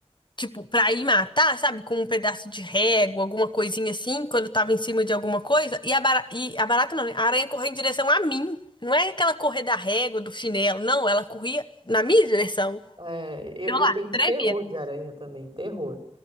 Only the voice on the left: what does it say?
tipo, pra ir matar, sabe? Com um pedaço de régua, alguma coisinha assim, quando tava em cima de alguma coisa. E a barata, e a barata não, né? A aranha correu em direção a mim. Não é aquela correr da régua, do chinelo, não. Ela corria na minha direção.
Eu
lá,
tremendo.